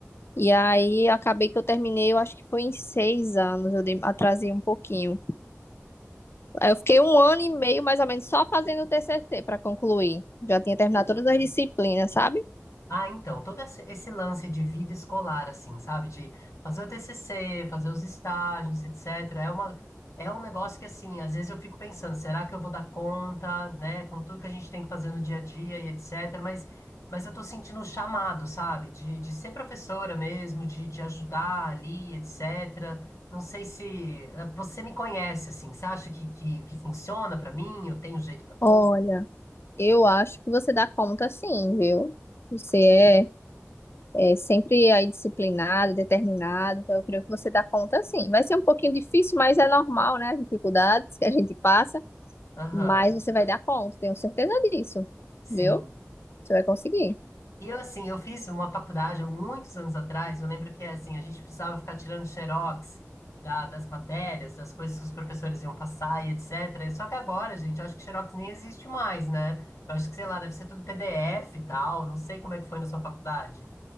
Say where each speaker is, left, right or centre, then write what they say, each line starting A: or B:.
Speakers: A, on the left; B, on the left.
A: E aí acabei que eu terminei, eu acho que foi em seis anos, eu dei- atrasei um pouquinho. Aí eu fiquei um ano e meio, mais ou menos, só fazendo o TCC para concluir. Já tinha terminado todas as disciplinas, sabe?
B: Ah, então, todo esse esse lance de vida escolar, assim, sabe? De fazer o TCC, fazer os estágios, etc. É uma, é um negócio que, assim, às vezes eu fico pensando, será que eu vou dar conta, né? Com tudo que a gente tem que fazer no dia a dia e etc. Mas, mas eu tô sentindo o chamado, sabe? De, de ser professora mesmo, de, de ajudar ali, etc. Não sei se eh, você me conhece, assim. Você acha que, que, que funciona pra mim? Eu tenho jeito pra coisa?
A: Olha, eu acho que você dá conta sim, viu? Você é, é sempre aí disciplinada, determinada, então eu creio que você dá conta sim. Vai ser um pouquinho difícil, mas é normal, né? As dificuldades que a gente passa,
B: Aham,
A: mas você vai dar conta, tenho certeza disso,
B: sim.
A: viu? Você vai conseguir.
B: E eu, assim, eu fiz uma faculdade há muitos anos atrás. Eu lembro que, assim, a gente precisava ficar tirando xerox da- das matérias, das coisas que os professores iam passar e etc. Só que agora, gente, eu acho que xerox nem existe mais, né? Eu acho que, sei lá, deve ser tudo PDF e tal. Não sei como é que foi na sua faculdade.